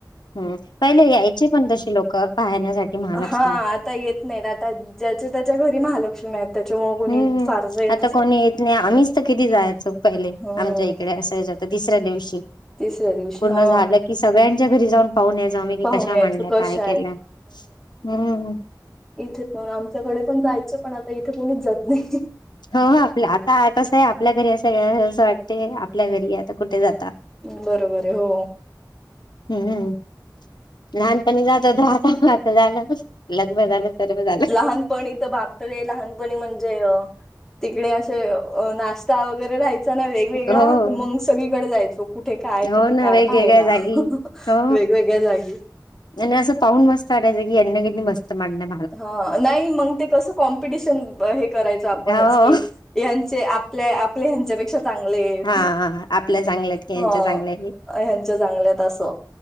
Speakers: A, on the left; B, in the centre.
A: हम् पहिले यायचे पण तशी लोक, पाहण्यासाठी महालक्ष्मण,
B: हा आता येत नाही, आता ज्या त्याच्या घरी महालक्ष्मी, त्याच्यामुळे कोणी
A: हम्म
B: फारसं येतच
A: आता कोणी येत नाही, आम्हीच तर किती जायचो, पहिले
B: हम्म
A: आमच्या इकडे असायच्या तिसऱ्या दिवशी,
B: तिसऱ्या दिवशी
A: पूर्ण
B: हा
A: झालं की सगळ्यांच्या घरी जाऊन, पाहून न जाऊ आम्ही की
B: पाहून
A: कशा
B: यायचं
A: म्हणल्या
B: कशा
A: काय केल्या हम्म,
B: इथेच पण आमच्याकडे पण जायचं, पण आता इथे कोणीच जात नाही.
A: हो आप आता कसं आहे, आपल्या घरी असं असं वाटते आपल्या घरी आहो आता, कुठे जाता.
B: बरोबर आहे हो,
A: हम्म लहानपणी जात होातात, झालं लग्न झालं, सर्व झालं
B: लहानपणी तर बापरे, लहानपणी म्हणजे तिकडे असे ना, रस्ता वगैरेहाच, वेगवेगळा
A: हो.
B: मग सगळीकडे जायचो, कुठे काय
A: हो
B: कुठे
A: ना
B: काय
A: वेगवेगळ्या
B: पाहायला
A: जागी हो
B: वे, वेगळ जागी,
A: आणि असं पाहून मस्त वाटायचं, की यांना किती मत मांडणं,
B: ह नाही मग ते कस कॉम्पिटिशन हे करायचं, आपणच
A: हो
B: की यां आपल्या आपल्या हच्यापेक्षा, चांगले, आहेत
A: हा आपल्या चांगल्या आहेत की यांच्या
B: ह
A: चांगल्या आहेत.
B: ह्यांच्या चांगल्यात असं.